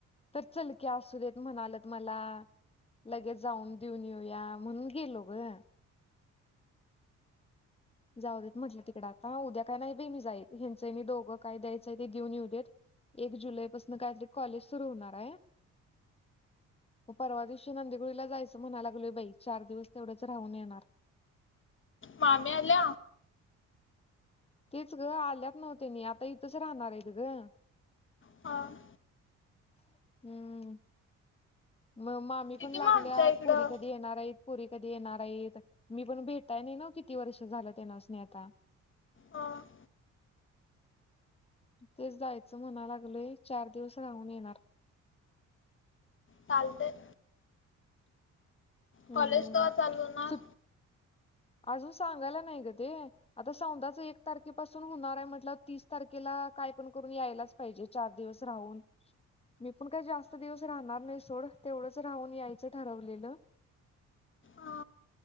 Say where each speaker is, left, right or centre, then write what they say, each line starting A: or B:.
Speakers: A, on the left (about 20°); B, on the left (about 40°).
A: तर चल की, असू देत म्हणालेत मलां. लगेच जाऊन देऊन येऊया म्हणून गेलो गं. जाऊ देत म्हटलं तिकडे आता उद्या काय नाही बी मी जाईत. ह्यांचं ह्यांनी दोघं काय द्यायचंय ते देऊन येऊ देत. एक जुलै पसंन काहीतरी कॉलेज सुरू होणार आहे. मग परवा दिवशी नंदिगुळीला जायचं म्हणाय लागलोय बाई चार दिवस तेवढंच राहून येणार.
B: मामी आल्या?
A: तेच गं आल्यात नव्ह त्यांनी आता इथंच राहणार आहे गं.
B: ''हां''
A: हम्म, मग मामी
B: ये
A: पण
B: की
A: लागल्यात
B: मग आमच्या इकडं.
A: पोरी कधी येणार आहेत? पोरी कधी येणार आहेत? मी पण भेटाय नाही नव्ह किती वर्ष झालं त्यांनास नी आता.
B: ''हं''
A: तेच जायचं म्हणाय लागलोय चार दिवस राहून येणार.
B: चालतंय.
A: हम्म
B: कॉलेज कवा चालू होणार?
A: सुट अजून सांगायला नाही गं ते. आता सौंधाच एक तारखेपासून होणार आहे. म्हटलं तीस तारखेला काय पण करून यायलाच. पाहिजे चार दिवस राहून. मी पण काही जास्त दिवस राहणार नाही सोड तेवढंच राहून यायचं ठरवलेलं.
B: हा,